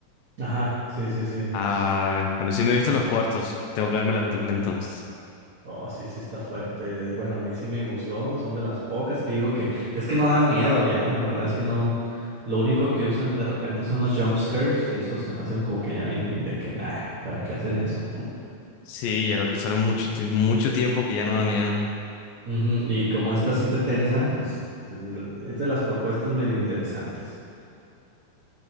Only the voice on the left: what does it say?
Ah, bueno, sí me he visto los cortos. Tengo que verme la película entonces.
Sí, ya lo utilizaron mucho, ti- mucho tiempo que ya no da miedo.